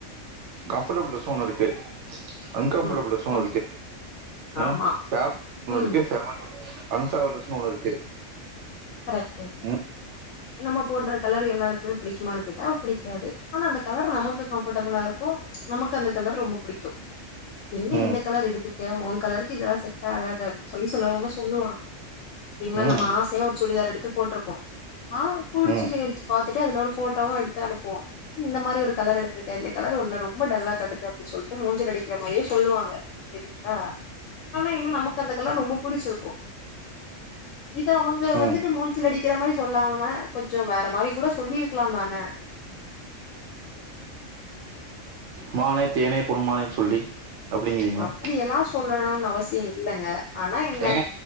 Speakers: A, on the right; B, on the left.
A: கம்ஃபடபுள் ட்ரெஸ்னு ஒன்னு இருக்கு அன் கம்ஃபடபுள்
B: ம்
A: ட்ரெஸ்னு
B: கஷ்
A: ஒன்னு இருக்கு அ
B: ஆமா
A: ஃபேப் ஒன்னு
B: ம்
A: இருக்கு ஃபெவன் அன்ஃபேவர்ஸ்னு ஒன்னு இருக்கு
B: கரைக்ட்டு
A: ம்
B: நம்ம போட்ற கலர் எல்லாருக்குமே புடிக்குமானு கேட்டா புடிக்காது ஆனா அந்த கலர் நமக்கு கம்ஃபடபுளா இருக்கு நமக்கு அந்த கலர் ரொம்ப புடிக்கு என்ன
A: ம்
B: இந்த கலர் எடுத்துர்க்கே ஓக் கலருக்கு இதல்லா செட் ஆகாது சொல்லி செலவங்க சொல்லுவாங் திங்ளா
A: ம்
B: நம்ம ஆசயா ஒர் சுடிதார் எடுத்து போட்ருப்போ ஆ புடிச்சிச்சு
A: ம்
B: எடுத்து பாத்துட்டு அதுல ஒரு ஃபோட்டோவு எடுத்து அனுப்புவோ இந்த மாரி ஒரு கலர் எடுத்துருக்க இந்த கலர் ஒன்ன ரொம்ப டல்லா காட்டுது அப்டி சொல்ட்டு மூஞ்சில அடிக்கிற மாரியே சொல்லுவாங்க செரிங்ளா ஆனா என்ன நமக்கு அந்த கலர் ரொம்ப புடிச்சுருக்கு இத அவங் ங்க வந்துட்டு
A: ம்
B: மூஞ்சில அடிக்கிற மாரி சொல்லாமா கொஞ்சொ வேற மாரி கூட சொல்லிர்க்கலாந்தான
A: மானே தேனே பொன்மானேன் சொல்லி அப்படிங்கிறீங்களா
B: அப்டி எல்லா சொல்லணு அவசிய இல்லங்க ஆனா என்ன
A: ஏங்க